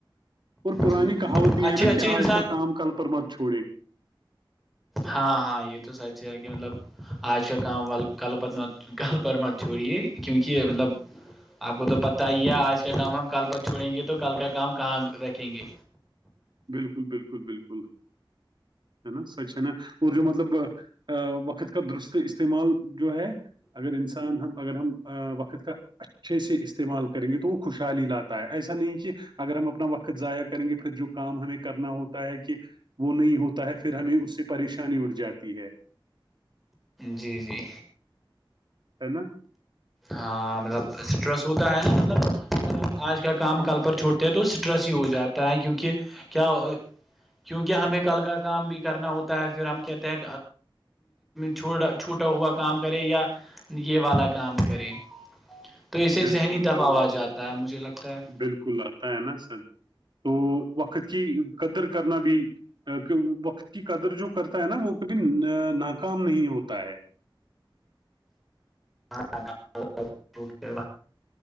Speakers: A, on the right; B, in the centre.
A: اور پرانی
B: جو
A: کہاوت بھی
B: اچھے
A: ہے نا
B: اچھے
A: کہ
B: انسان
A: آج کا کام کل پر مت چھوڑے
B: ہاں ہاں یہ تو سچ ہے کہ مطلب آج کا کام وال کل پر مت کل پر مت چھوڑیے کیونکہ مطلب آپ کو تو پتا ہی ہے آج کا کام ہم کل پر چھوڑیں گے تو کل کا کام کہاں رکھیں گے
A: بالکل بالکل بالکل ہے نا سچ ہے نا اور جو مطلب وقت کا درست استعمال جو ہے اگر انسان ہم اگر ہم وقت کا اچھے سے استعمال کریں گے تو وہ خوشحالی لاتا ہے ایسا نہیں کہ اگر ہم اپنا وقت ضائع کریں گے پھر جو کام ہمیں کرنا ہوتا ہے کہ وہ نہیں ہوتا ہے پھر ہمیں اس سے پریشانی اٹھ جاتی ہے
B: جی جی
A: ہے نا
B: ہاں مطلب اسٹریس ہوتا ہے نا مطلب ہم آج کا کام کل پر چھوڑتے ہیں تو اسٹریس ہی ہو جاتا ہے کیونکہ کیا کیونکہ ہمیں کل کا کام بھی کرنا ہوتا ہے پھر ہم کہتے ہیں چھوڑا چھوٹا ہوا کام کرے یا یہ والا کام کریں تو اسے
A: بالکل
B: ذہنی دباؤ
A: بالکل
B: آ جاتا ہے مجھے لگتا ہے
A: بالکل ال ہے نا سر تو وقت کی قدر کرنا بھی کہ وقت کی قدر جو کرتا ہے نا وہ کبھی ناکام نہیں ہوتا ہے
B: اں